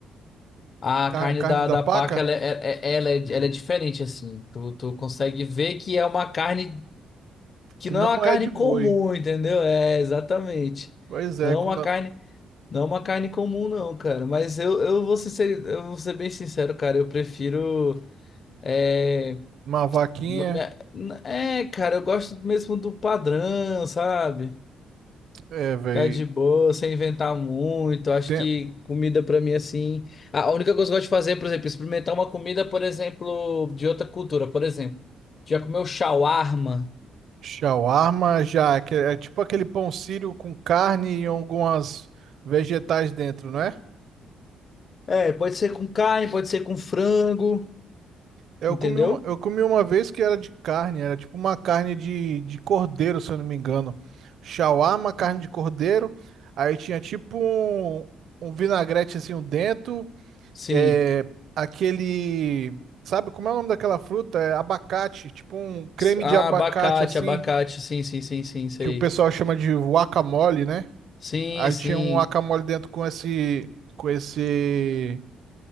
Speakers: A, on the left; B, on the right.
A: A
B: a car-
A: carne
B: a carne
A: da,
B: da
A: da
B: paca,
A: paca, ela é, é- é- ela é, ela é diferente, assim. Tu, tu consegue ver que é uma carne que
B: que
A: não
B: não
A: é uma carne
B: é de boi.
A: comum, entendeu? É, exatamente.
B: Pois é,
A: Não
B: como
A: é uma
B: na-
A: carne. Não é uma carne comum, não, cara. Mas eu, eu vou ser, eu vou ser bem sincero, cara. Eu prefiro. É,
B: uma vaquinha,
A: não me, é, cara, eu gosto mesmo do padrão, sabe?
B: é, velho.
A: Ficar de boa, sem inventar muito. Acho
B: Tem
A: que comida pra mim, assim. A única coisa que eu gosto de fazer é, por exemplo, experimentar uma comida, por exemplo, de outra cultura. Por exemplo, já comeu shawarma?
B: shawarma já, que é é tipo aquele pão sírio com carne e algumas vegetais dentro, não é?
A: É, pode ser com carne, pode ser com frango,
B: Eu
A: entendeu?
B: comi uma, eu comi uma vez que era de carne, era tipo uma carne de, de cordeiro, se eu não me engano. Shawarma, carne de cordeiro. Aí tinha tipo um, um vinagrete assim dentro.
A: Sim.
B: É, aquele. Sabe como é o nome daquela fruta? É abacate. Tipo um creme
A: Ah,
B: de abacate
A: abacate,
B: assim,
A: abacate. Sim, sim, sim, sim, sei.
B: que o pessoal chama de guacamole, né?
A: Sim,
B: Aí
A: sim.
B: tinha um guacamole dentro com esse. Com esse.